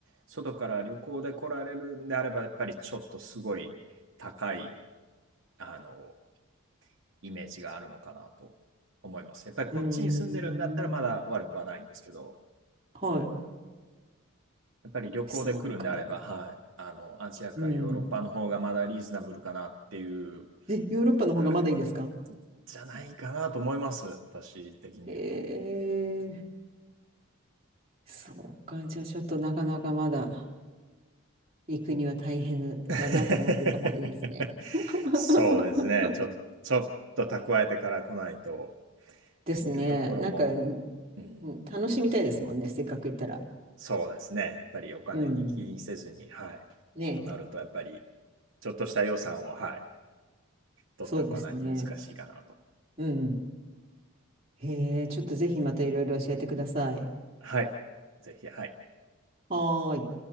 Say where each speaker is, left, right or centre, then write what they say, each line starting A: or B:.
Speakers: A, on the right; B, on the right.
A: 外から旅行で来られるんであれば、やっぱりちょっとすごい高い、あの、イメージがあるのかなと思います。やっぱりこっちに住んでるんだったらまだ悪くはないんですけど、
B: うん。はい。
A: やっぱり旅行で来るんであれば、
B: そうか。
A: はい、あのアジアかヨーロッパの方がまだリーズナブルかなっていう、
B: うん。で、ヨーロッパの方がまだいいですか
A: はい、じゃないかなと思います、私的に言うと。
B: へえそうか。じゃあちょっとなかなかまだ行くには大変だなと思ってた方がいいですね。
A: <laughs>
B: <laughs>
A: そうですね、ちょちょっと蓄えてから来ないと、
B: ですね。
A: で見るところも、
B: なんか、うん
A: うん、
B: 楽しみたいですもんね。せっかく行ったら。
A: そうですね、やっぱりお金に気にせずに、
B: うん。
A: はい、
B: ねえ。
A: となると、やっぱりちょっとした予算を、はい、取っておかないと難しいかなと。
B: そうですね。うん。へえ、ちょっとぜひまたいろいろ教えてください。
A: はい、ぜひ、はい。
B: はーい。